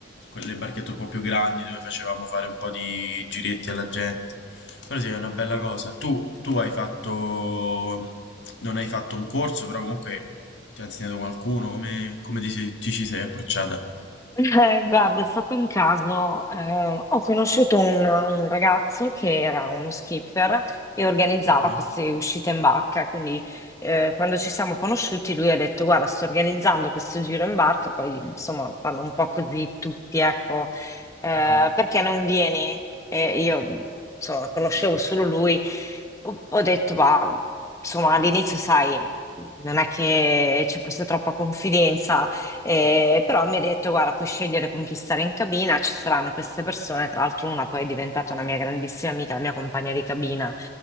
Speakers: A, on the left; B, on the left.
A: quelle barchette un po' più grandi dove facevamo fare un po' di giretti alla gente. Però sì, è una bella cosa. Tu, tu hai fatto, non hai fatto un corso, però comunque ti ha insegnato qualcuno, come, come ti, sei- ti ci sei approcciata?
B: eh, guarda, è stato un caso. eh, ho conosciuto un, un ragazzo che era uno skipper e organizzava
A: Ok?
B: queste uscite in barca. Quindi, eh, quando ci siamo conosciuti, lui ha detto: Guarda, sto organizzando questo giro in barca. Poi, insomma, fanno un po' così tutti, ecco. Eh,
A: Mhm.
B: perché non vieni? E io, insomma, conoscevo
A: Hai detto,
B: solo
A: mm,
B: lui. Ho, ho detto, ma insomma, all'inizio, sai, non è che ci fosse troppa confidenza. E-
A: certo,
B: però mi ha detto, guarda, puoi scegliere con chi stare in cabina, ci saranno queste persone, tra l'altro una poi è diventata una mia grandissima amica, la mia compagna di cabina.